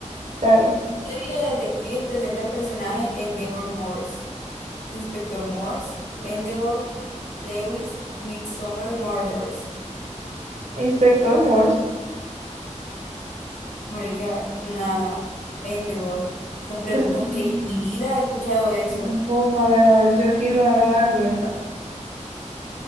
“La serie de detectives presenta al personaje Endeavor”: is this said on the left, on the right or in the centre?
Left